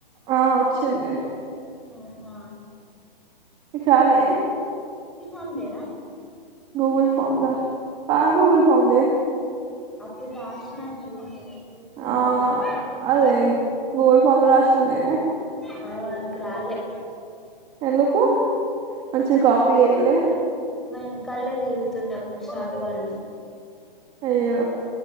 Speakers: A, on the right; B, in the centre.
A: ఆ వచ్చింది
B: అవునా
A: నీకు రాలే
B: అందేరా
A: గూగుల్ ఫార్మ్ దా ఆ గూగుల్ ఫార్మ్ దే
B: అప్పుడు రాసినారు చూడు మీరు గూగుల్ ఫార్మ్
A: ఆ అదే గూగుల్ ఫామ్ రాసిందేనే
B: నాకు రాలే
A: ఎందుకు మంచిగ కాపీ చెయలే
B: మా యెనకాళ్ళనే తిరుగుతుండే అప్పుడు సారు వాళ్ళు
A: అయ్యో